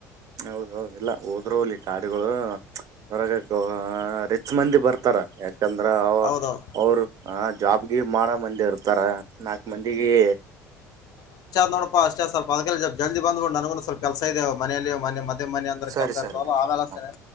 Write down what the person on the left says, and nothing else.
ಹೌದೌದು
ನೋಡಪ ಅಷ್ಟೇ ಸ್ವಲ್ಪ ಅದ ಜಲ್ದಿ ಬ್ು ನನಗು ಸ್ವಲ್ ಕೆಲಸ ಇದೆ ಮನೆಯಲ್ಲಿ ಮತ್ತೆ ಮ ಮನ ಅಂದ್ರೆ
ಕೆಲಸ
ಇರ್ತವಾರಲ್ಲ
ಅವೆಲ್ಲತೇನೆ